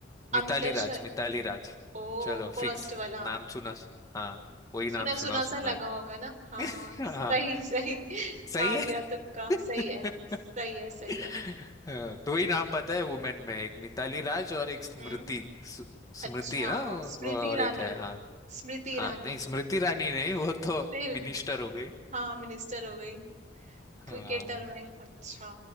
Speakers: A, on the left; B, on the right.
A: मिताली
B: अमिता
A: राज
B: शर
A: मिताली राज
B: ओ
A: चलो
B: फर्स्ट
A: फिक्स
B: वाला
A: नाम सुना हाँ वही
B: सुना
A: नाम
B: सुना
A: सुना
B: सा
A: सुना
B: लगा
A: है
B: होगा ना हाँ
A: <laughs>
B: सही
A: हाँ
B: सही <laughs>
A: सही
B: मार
A: है
B: दिया तुक्का
A: <laughs>
B: सही है सही है सही
A: <laughs>
B: है
A: अ, दो ही नाम पता है वुमेन में एक मिताली राज और एक स्मृति
B: हम्म
A: स-
B: अच्छा
A: स्मृति है ना वो-
B: स्मृति
A: और
B: ईरानी
A: एक है हाँ
B: स्मृति ईरानी
A: हाँ नहीं स्मृति रानी नहीं वो तो
B: फिर
A: मिनिस्टर हो गई
B: हाँ मिनिस्टर हो गई
A: हाँ
B: क्रिकेटर में अच्छा